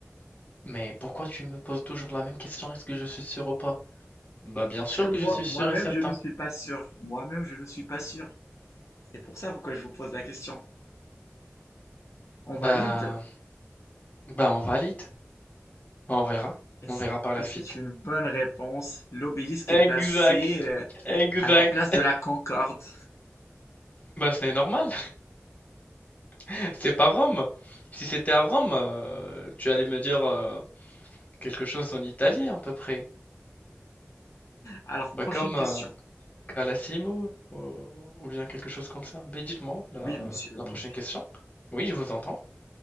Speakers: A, on the left (about 30°); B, on the left (about 75°).
A: Mais pourquoi tu me poses toujours la même question? Est-ce que je suis sûr ou pas? Bah bien
B: Parce
A: sûr
B: que moi,
A: que je suis sûr
B: moi-même,
A: et certain.
B: je ne suis pas sûr. Moi-même, je ne suis pas sûr. C'est pour ça pourquoi je vous pose la question. On
A: Bah,
B: valide?
A: bah on valide. On verra. On
B: Et c'est
A: verra par la
B: et
A: suite.
B: c'est une bonne réponse. L'obélisque
A: Exact,
B: est placé euh,
A: exact.
B: à la place de la Concorde.
A: Bah c'est normal. <laughs> C'est pas Rome. Si c'était à Rome, euh, tu allais me dire euh, quelque chose en italien à peu près.
B: Alors,
A: Bah
B: prochaine
A: comme
B: question.
A: euh, Calassimo ou, ou bien quelque chose comme ça. Mais dites-moi la,
B: Oui, monsieur,
A: la prochaine
B: oui, oui.
A: question. Oui, je vous entends.